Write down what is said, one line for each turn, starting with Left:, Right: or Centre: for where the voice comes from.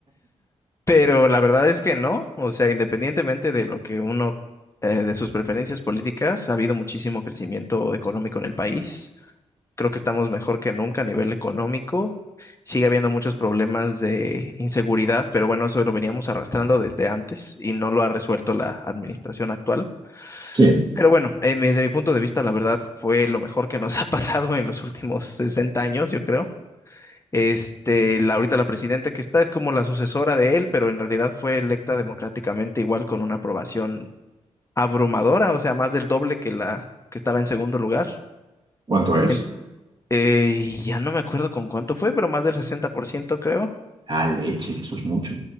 Left: Pero la verdad es que no, o sea, independientemente de lo que uno, eh, de sus preferencias políticas, ha habido muchísimo crecimiento económico en el país. Creo que estamos mejor que nunca a nivel económico. Sigue habiendo muchos problemas de inseguridad, pero bueno, eso lo veníamos arrastrando desde antes y no lo ha resuelto la administración actual.
Right: Sí.
Left: Pero bueno, eh, desde mi punto de vista, la verdad fue lo mejor que nos <laughs> ha pasado en los últimos 60 años, yo creo. Este, la, ahorita la presidenta que está es como la sucesora de él, pero en realidad fue electa democráticamente igual con una aprobación abrumadora, o sea, más del doble que la que estaba en segundo lugar.
Right: ¿Cuánto es?
Left: En- eh, y ya no me acuerdo con cuánto fue, pero más del 60% creo.
Right: Ah, leche, eso es mucho.